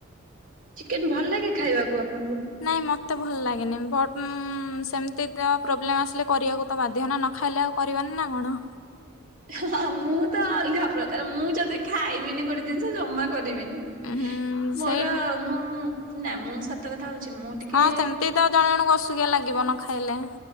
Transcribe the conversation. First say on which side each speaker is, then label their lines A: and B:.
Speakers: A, on the right; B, on the left.
A: ଚିକେନ ଭଲ ଲାଗେ ଖାଇବାକୁ ଆପଣଙ୍କୁ?
B: ନାଇଁ ମତେ ଭଲ ଲାଗେନି। ବଟ ଉଁ ସେମିତି ତ ପ୍ରୋବ୍ଲେମ ଆସିଲେ କରିବାକୁ ତ ବାଧ୍ୟ ନା। ନ ଖାଇଲେ ଆଉ କରିବବାନି ନା କଣ?
A: ହଁ ମୁଁ ତ ଅଲଗା ପ୍ରକାର। ମୁଁ ଯଦି ଖାଇବିନି ଗୋଟେ ଜିନିଷ ଜମା କରିବିନି।
B: ଉହୁଁ
A: ମୋର
B: ସେଇ
A: ମୁଁ ନା ମୁଁ ସତ କଥା ହଉଛି ମୁଁ ଟିକେ
B: ହଁ ସେମିତି ତ ଜଣ ଜଣଙ୍କୁ ଅସୁକିଆ ଲାଗିବ ନ ଖାଇଲେ।